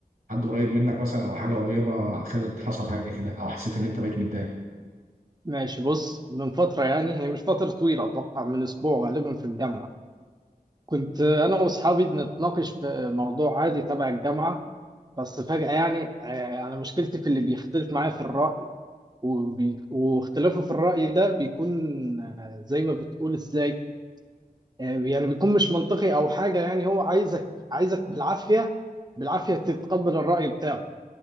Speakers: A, on the right; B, on the right.
A: حد قريب منك مثلا او حاجه قريبه خلت حصل حاجه كده او حسيت ان انت بقيت متضايق
B: ماشي بص من فترة يعني هي مش فترة طويلة أتوقع من أسبوع غالبا في الجامعة كنت أنا وأصحابي بنتناقش في موضوع عادي تبع الجامعة بس فجأة يعني آه، أنا مشكلتي في اللي بيختلف معايا في الرأي وبي... واختلافه في الرأي ده بيكون آه، زي ما بتقول إزاي آه، يعني بيكون مش منطقي أو حاجة يعني هو عايزك عايزك بالعافية بالعافية تتقبل الرأي بتاعه